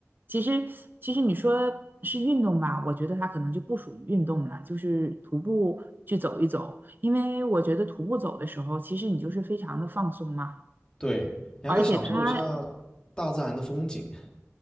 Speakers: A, on the right; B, on the left.
A: 其实其实你说是运动吧，我觉得它可能就不属于运动了，就是徒步去走一走，因为我觉得徒步走的时候，其实你就是非常的放松嘛，
B: 对，你还可以享受一下
A: 而且它
B: 大自然的风景。<laughs>